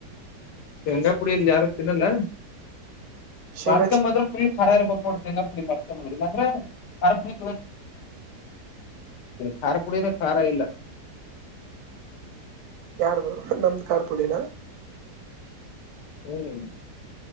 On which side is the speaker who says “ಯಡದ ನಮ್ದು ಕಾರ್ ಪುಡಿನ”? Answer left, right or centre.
Right